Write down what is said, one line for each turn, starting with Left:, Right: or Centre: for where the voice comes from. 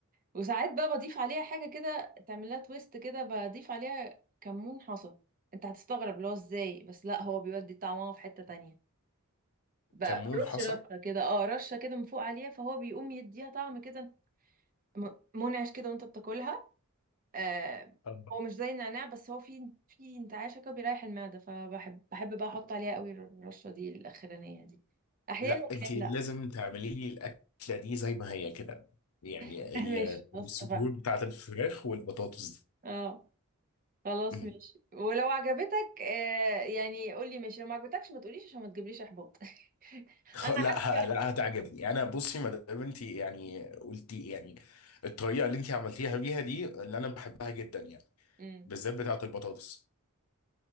Right: وساعات بقى بضيف عليها حاجه كده تعمل لها تويست كده بضيف عليها كمون حصى انت هتستغرب اللي هو ازاي بس لا هو بيودي طعمها في حته تانية بقى
Left: كمون
Right: رش
Left: حصل
Right: رشه كده اه رشه كده من فوق عليها فهو بيقوم يديها طعم كده م- منعش كده وانت بتاكلها آه
Left: أربعة.
Right: هو مش زي النعناع بس هو في في انتعاشة كده بيريح المعدة فبحب بحب بقى احط عليها قوي الرشة دي الاخرانية دي احيانا
Left: لا
Right: واحيانا
Left: انت لازم
Right: لا
Left: تعملي لي الاكله دي زي ما هي كده يعني
Right: <laughs>
Left: ال-
Right: ماشي خلاص
Left: الصدور
Right: اتفقنا
Left: بتاعت الفراخ والبطاطس
Right: اه خلاص
Left: دي
Right: ماشي ولو عجبتك آه يعني قولي ماشي لو ما عجبتكش ما تقوليش عشان ما تجيبليش احباط <laughs>
Left: خ-
Right: انا
Left: لا
Right: حابة
Left: ه- لا هتعجبني انا بصي ما دام انت يعني قلتي يعني الطريقه اللي انت عملتيها بيها دي اللي انا بحبها جدا يعني
Right: امم
Left: بالذات بتاعه البطاطس